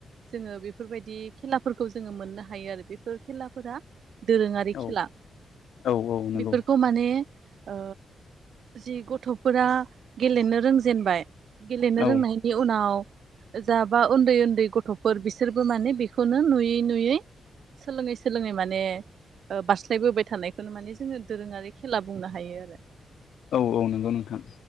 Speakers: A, on the right; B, on the left.
A: जोङो बेफोरबायदि खेलाफोरखौ जोङो मोननो हायो आरो बेफोर खेलाफोरा दोरोङारि
B: औ
A: खेला
B: औ नंगौ
A: बेफोरखौ माने- ओ जि गथ'फोरा गेलेनो रोंजेनबाय। गेलेनो
B: औ
A: रोंनायनि उनाव जाबा उन्दै उन्दै गथ'फोर बिसोरबो माने बेखौनो नुयै नुयै सोलोङै सोलोङै माने ओ बारास्लायबोबाय थानायखौनो माने जोङो दोरोङारि खेला बुंनो हायो ‌ <inaudible>
B: औ औ नंगौ नोंथां।